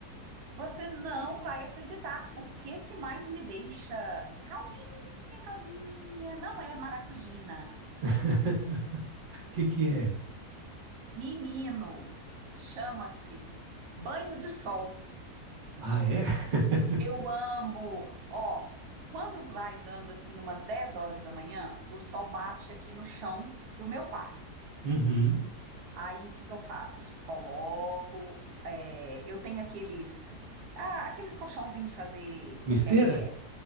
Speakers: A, on the right; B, on the right.
A: você não vai acreditar o que que mais me deixa calminha, calminha. Não é maracujina.
B: <laughs> O que que é?
A: Menino, chama-se banho de sol.
B: Ah, é? <laughs>
A: Eu amo. Ó, quando vai dando assim umas 10 horas da manhã, o sol bate aqui no chão do meu quarto.
B: Uhum.
A: Aí, o que que eu faço? Coloco, é, eu tenho aqueles, ah, aqueles colchãozinhos de fazer,
B: Misteira?
A: é,